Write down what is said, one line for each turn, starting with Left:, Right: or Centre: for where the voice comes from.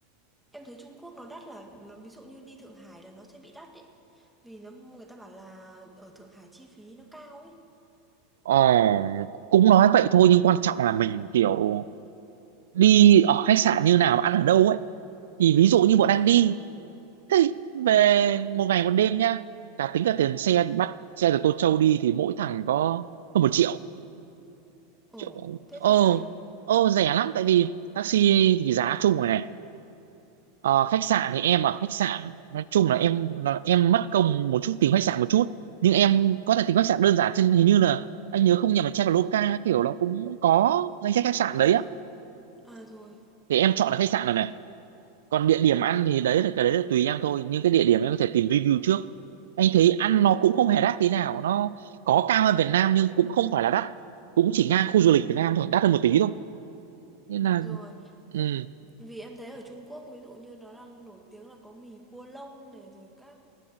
Centre: em thấy Trung Quốc nó đắt là nó ví dụ như đi Thượng Hải là nó sẽ bị đắt đấy. Vì nó người ta bảo là ở Thượng Hải chi phí nó cao ấy.
Right: ờ, cũng nói vậy thôi nhưng quan trọng là mình kiểu đi ở khách sạn như nào ăn ở đâu ấy thì ví dụ như
Centre: Ờ.
Right: bọn anh đi thế về một ngày một đêm nhá cả tính cả tiền xe bắt xe từ Tô Châu đi thì mỗi thằng có hơn một triệu
Centre: Ồ,
Right: triệu
Centre: thế
Right: ô
Centre: thôi hả anh?
Right: ô rẻ lắm tại vì taxi thì giá chung rồi này Ờ, khách sạn thì em ở khách sạn nói chung là em là em mất công một chút tìm khách sạn một chút nhưng em có thể tìm khách sạn đơn giản trên hình như là anh nhớ không nhầm là Traveloka các kiểu nó cũng có danh sách khách sạn đấy
Centre: Ừm,
Right: á
Centre: à rồi.
Right: thì em chọn là khách sạn rồi này còn địa điểm ăn thì đấy là cái đấy là tùy em thôi nhưng cái địa điểm em có thể tìm review trước anh thấy ăn nó cũng không hề đắt tí nào nó có cao hơn Việt Nam nhưng cũng không phải là đắt cũng chỉ ngang khu du
Centre: Ừm,
Right: lịch Việt Nam thôi đắt hơn một tí thôi nên là
Centre: Rồi, tại
Right: ừ.
Centre: vì em thấy ở Trung Quốc ví dụ như nó đang nổi tiếng là có mì cua lông này rồi các